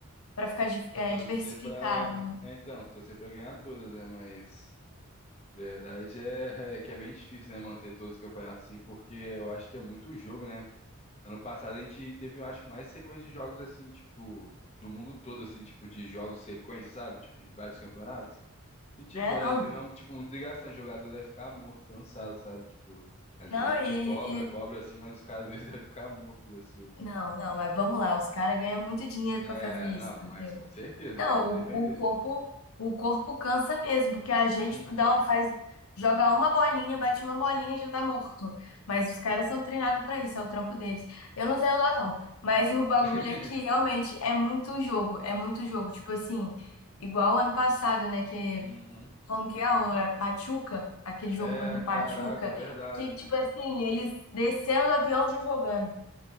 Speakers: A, on the left; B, on the left.
A: para ficar di- é,
B: torcer
A: diversificado.
B: pra. É, então, torcer pra ganhar todas, né? Mas. Verdade é, é que é bem difícil, né, manter todos os campeonatos assim, porque eu acho que é muito jogo, né? Ano passado a gente teve, eu acho que mais sequência de jogos assim, tipo, do mundo todo, assim, tipo, de jogos sequência, sabe? Tipo, de vários campeonatos. E, tipo,
A: É,
B: era,
A: não.
B: é um, tipo, muito desgastante. O jogador deve ficar morto, cansado, sabe? Tipo, às
A: Não,
B: vezes a gente
A: e,
B: cobra, cobra assim, mas os caras às vezes <laughs> devem ficar mortos da Silva.
A: Não, não, mas vamos lá, os caras ganham muito dinheiro
B: É,
A: pra fazer isso,
B: não,
A: entendeu?
B: mas com certeza,
A: Não,
B: não dá pra
A: o,
B: defender.
A: o corpo, o corpo cansa mesmo, porque a gente
B: Uhum.
A: dá um, faz, joga uma bolinha, bate uma bolinha e já tá morto. Mas os caras são treinados pra isso, é o trampo deles. Eu não tenho dó, não, mas <laughs> o bagulho
B: <laughs>
A: é que realmente é muito jogo, é muito jogo. Tipo assim, igual ano passado, né, que
B: Uhum.
A: como que é, o- é Pachuca, aquele jogo
B: É,
A: contra o Pachuca,
B: caraca, é verdade.
A: que tipo assim, eles desceram do avião já jogando.